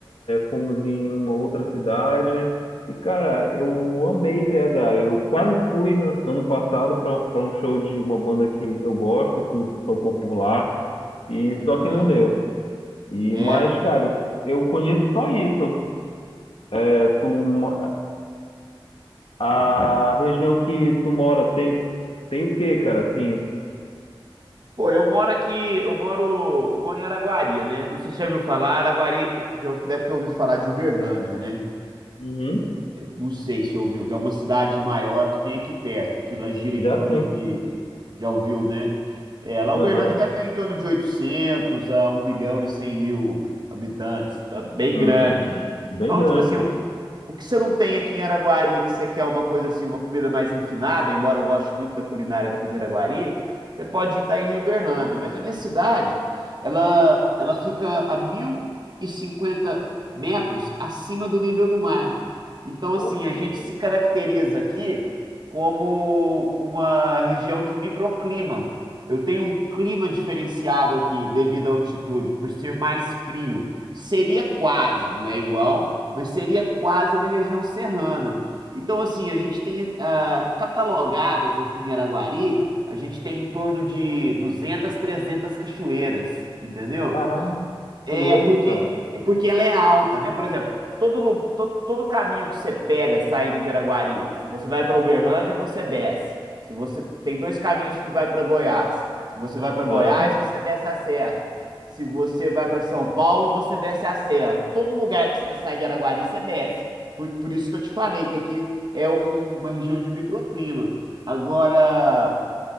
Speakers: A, on the left; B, on the right.
A: fomos em uma outra cidade. E, cara, eu amei BH. Eu quase fui an- ano passado para um show de uma banda que eu gosto, que tocou por lá, e
B: Aham.
A: só que não deu. E,
B: É,
A: mas, cara, eu, eu conheço só isso. É, tu, mo- a região que tu mora tem, tem o quê, cara? Assim,
B: Pô, eu moro aqui, eu moro, eu moro em Araguari, né? Não sei se você já viu falar, Araguari já deve ter ouvido falar de Uberlândia, né?
A: uhum,
B: não sei se ouviu, que é uma cidade maior que tem aqui perto, que ela gira
A: já
B: em torno
A: sim.
B: de. Já ouviu, né? É, lá
A: Aham,
B: Uberlândia deve estar em torno de oitocentos a um milhão e cem mil habitantes, tá bem
A: uhum,
B: grande.
A: Bem
B: Então,
A: grande,
B: tipo assim,
A: pô.
B: o, o que você não tem aqui em Araguari, que você quer uma coisa assim, uma comida mais refinada, embora eu goste muito da culinária daqui de Araguari, você pode estar indo em Uberlândia. Mas a minha cidade, ela, ela fica a mil e cinquenta metros acima do nível do mar. Então,
A: Pô,
B: assim,
A: que
B: a gente
A: louco.
B: se caracteriza aqui como uma região de microclima. Eu tenho um clima diferenciado aqui devido à altitude, por ser mais frio. Seria quase, não é igual, mas seria quase uma região serrana. Então, assim, a gente tem ah, catalogadas aqui em Araguari, a gente tem em torno de 200, 300 cachoeiras, entendeu?
A: Caralho,
B: É
A: que louco,
B: porque,
A: cara.
B: é porque ela é alta, né? Por exemplo, todo, lu- to- todo caminho que você pega saindo de Araguari, se você vai para Uberlândia, você desce. Se você tem dois caminhos que vai para Goiás. Se você vai para
A: Aham.
B: Goiás, você desce a serra. Se você vai para São Paulo, você desce a serra. Todo lugar que você sai de Araguari, você desce. Por, por isso que eu te falei que aqui é um- uma região de microclima. Agora,